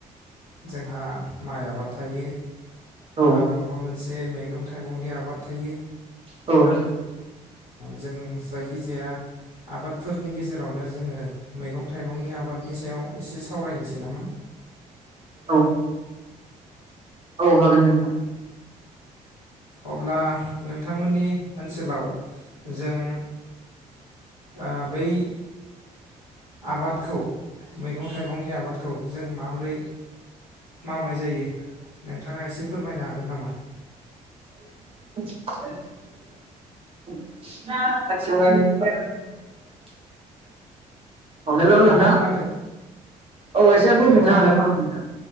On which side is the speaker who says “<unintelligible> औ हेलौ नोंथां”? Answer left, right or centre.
Right